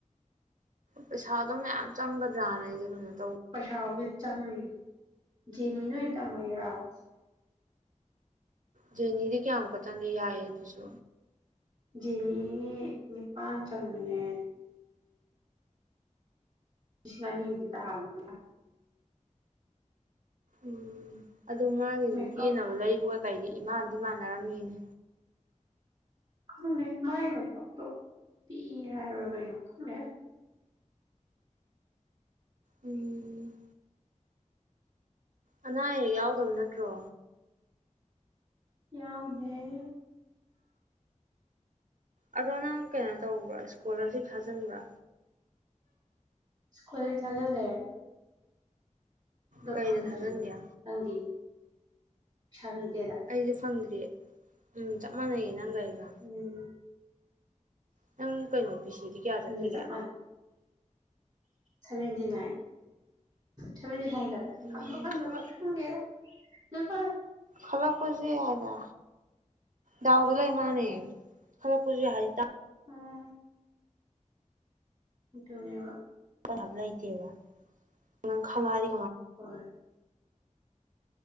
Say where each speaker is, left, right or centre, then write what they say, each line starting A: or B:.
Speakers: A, on the right; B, on the right.
A: ꯄꯩꯁꯥꯗ ꯃꯌꯥꯝ ꯆꯪꯒꯗ꯭ꯔꯥ ꯅꯥ ꯑꯩꯁ‌ꯦ
B: ꯄꯁꯥꯩꯕꯨꯗꯤ ꯆꯪꯅꯤ ꯖꯦꯅꯤꯗ ꯑ‌ꯣꯏ ꯇꯝꯃꯒ‌ꯦꯔ‌ꯣ
A: ꯖ‌ꯦꯅꯤ ꯀꯌꯥꯃꯨꯛꯀ ꯆꯪꯒ‌ꯦ ꯌꯥꯏꯌꯦ ꯑꯗꯨꯁꯨ
B: ꯖ‌ꯦꯅꯤ ꯅꯤꯄꯥꯟ ꯆꯪꯕꯅꯦ ꯂꯤꯁꯤꯡ ꯑꯅꯤ ꯕꯨꯗꯤ ꯇꯥꯍꯟ ꯌꯥꯅꯤ
A: ꯎꯝ ꯑꯗꯨ ꯃꯥꯒꯤꯁꯨ
B: ꯃꯦꯀꯞ
A: ꯀꯦꯅꯕ ꯂꯩꯕꯒ ꯀꯩꯗꯤ ꯏꯃꯥꯟꯗꯤ ꯃꯥꯟꯅꯔꯝꯃꯤꯅꯦ
B: ꯈꯪꯗꯦ ꯃꯥꯏ ꯃꯦꯀꯞꯇꯣ ꯄꯤ ꯍꯥꯏꯕ ꯀꯩꯅꯣ ꯈꯪꯗꯦ
A: ꯎꯝ ꯑꯅꯥ ꯑꯌꯦꯛ ꯌꯥꯎꯗꯕ ꯅꯠꯇ꯭ꯔꯣ
B: ꯌꯥꯎꯗ‌ꯦ
A: ꯑꯗꯣ ꯅꯪ ꯀꯩꯅꯣ ꯇꯧꯕ꯭ꯔꯥ ꯏꯁꯀꯣꯂꯥ꯭ꯔꯁꯤꯞ ꯊꯥꯖꯤꯟꯕ꯭ꯔꯥ
B: ꯁ꯭ꯀꯨꯜ ꯊꯥꯖꯒꯦ ꯗ‌ꯣ
A: ꯀꯩꯗ
B: ꯐꯪꯗ꯭ꯔꯤ
A: ꯊꯥꯖꯤꯟꯒꯦ
B: ꯅꯪꯗꯤ ꯁꯔ
A: ꯑꯩꯗꯤ ꯐꯗꯔꯤꯌꯦꯦ ꯎꯝ ꯆꯞ ꯃꯥꯟꯅꯩꯌꯦꯅ ꯅꯪꯒ ꯑꯩꯒ
B: ꯎꯝ
A: ꯅꯪ ꯀꯩꯅꯣ ꯄꯤꯁꯤꯗꯤ ꯀꯌꯥ ꯆꯠꯈꯤꯒꯦ
B: ꯑꯗꯨꯅ ꯆꯞ ꯃꯥꯟꯅꯩ ꯁꯚꯦꯟꯇꯤ ꯅꯥꯏꯟ ꯊ <unintelligible>
A: ꯎꯝ
B: ꯈꯪ ꯐꯪꯗꯕ
A: ꯈꯜꯂꯛ
B: ꯈꯪꯒꯦꯔ ꯅꯨꯄꯥ
A: ꯈꯜꯂꯛꯄꯁꯨ ꯌꯥꯏꯗ ꯗꯥꯎꯗ ꯂꯩ ꯃꯥꯟꯅꯦ ꯈꯜꯂꯛꯄꯁꯨ ꯌꯥꯏ ꯍꯥꯏꯖꯤꯇ
B: ꯎꯝ ꯑꯗꯨꯅꯦꯕ
A: ꯍꯥꯅꯕ ꯂꯩꯇꯦꯕ ꯅꯪ ꯈꯜꯂꯗꯤ
B: ꯍꯣꯏ